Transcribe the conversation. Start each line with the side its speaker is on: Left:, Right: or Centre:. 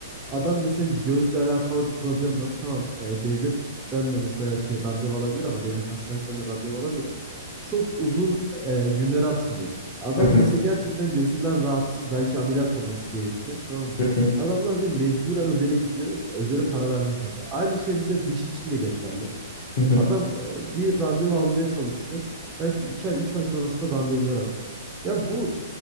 Right: adam mesela gözle alakalı bir problem var. Tamam e, devletten de mesela şey randevu alabilir ama devlet hastanesinden de randevu alabilir ama çok uzun e, günlere atılıyor. Adam
Left: Hı hı,
Right: mesela gerçekten gözünden rahatsız belki ameliyat olması gerekiyor. Tamam mı?
Left: hı hı,
Right: Adamlar bir mecburen özele gidiyor. Özele para vermek zorunda. Aynı şey mesela diş için de geçerli.
Left: hı hı.
Right: Adam e, bir randevu almaya çalışıyor. Belki 2 ay 3 ay sonrasında randevular atıyor. Ya bu